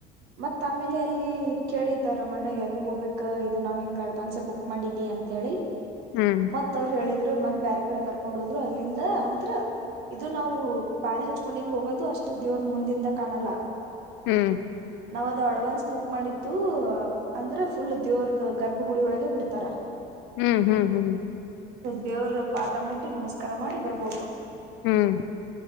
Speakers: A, on the right; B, on the left.
A: ಮತ್ತ ಆಮೇಲೆ ಅಲ್ಲಿ ಕೇಳಿದ್ದಾರಮಣ್ಣ ಹೆಂಗ್ ಹೋಗ್ಬೇಕ ಇದು ನಾವ್ ಹಿಂಗ ಅಡ್ವಾನ್ಸ ಬುಕ್ ಮಾಡಿದೀವಿ ಅಂತೇಳಿ.
B: ಹ್ಮ್
A: ಮತ್ತ ಅವ್ರು ಹೇಳಿದ. ಇದ್ರ ಮತ್ತ ಬೇರೆ ಕಡೆ ಕರ್ಕೊಂಡ್ ಹೋದ್ರು ಅಲ್ಲಿಂದ ಅಂತ್ರ ಇದು ನಾವು ಪಾಳೆ ಹಚ್ಕೊಂಡ್ ಹಿಂಗ್ ಹೋಗೋದು ಅಷ್ಟ. ಅಷ್ಟು ದೇವ್ರ ಮುಂದಿಂದ ಕಾಣಲ್ಲ
B: ಹ್ಮ್
A: ನಾವ್ ಅದು ಅಡ್ವಾನ್ಸ್ ಬುಕ್ ಮಾಡಿದ್ದು ಅಂದ್ರೆ ಫುಲ್ ದೇವ್ರದ ಗರ್ಭಗುಡಿ ಒಳಗೆ ಬಿಡ್ತಾರ.
B: ಹ್ಮ್ ಹ್ಮ್ ಹ್ಮ್
A: ದೇವರು ಪಾದ ಮುಟ್ಟಿ ನಮಸ್ಕಾರ ಮಾಡಿ ಬರ್ಬೋದು.
B: ಹ್ಮ್